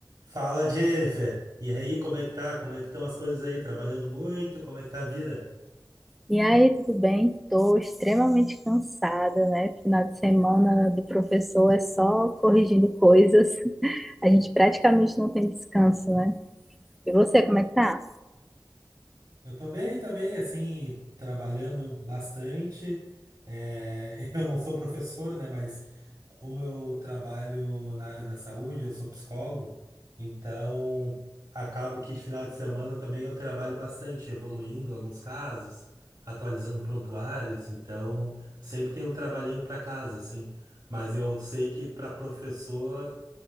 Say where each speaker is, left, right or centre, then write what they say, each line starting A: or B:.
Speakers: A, on the right (about 45°); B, in the centre.
A: Fala, Jennifer. E aí, como é que tá? Como é que estão as coisas aí? Trabalhando muito? Como é que tá a vida?
B: E aí, tudo bem? Estou extremamente cansada, né? Final de semana do professor é só corrigindo coisas. <laughs> A gente praticamente não tem descanso, né? E você, como é que tá?
A: Eu tô bem também, assim, trabalhando bastante. É, <laughs> eu não sou professor, né? Mas como eu trabalho na área da saúde, eu sou psicólogo, então acabo que de final de semana também eu trabalho bastante, evoluindo alguns casos, atualizando prontuários, então sempre tem um trabalhinho para casa, assim. Mas eu sei que para professor